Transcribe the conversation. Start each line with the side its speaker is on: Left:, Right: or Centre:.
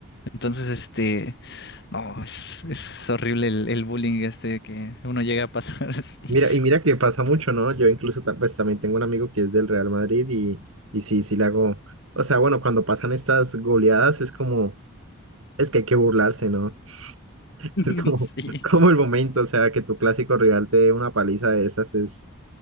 Left: Entonces, este, no, es, es horrible el, el bullying este que uno llega a pasar <laughs> así.
Right: Mira, y mira que pasa mucho, ¿no? Yo incluso ta- pues también tengo un amigo que es del Real Madrid y, y sí, sí le hago. O sea, bueno, cuando pasan estas goleadas es como, es que hay que burlarse, ¿no? <laughs>
Left: <laughs>
Right: Es como,
Left: Sí.
Right: como el momento, o sea, que tu clásico rival te dé una paliza de esas es,